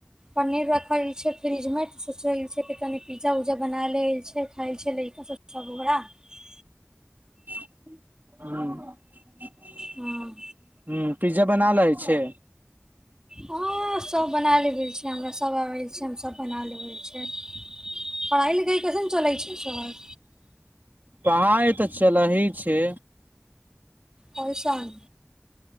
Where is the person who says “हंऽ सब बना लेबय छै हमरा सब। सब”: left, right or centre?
Right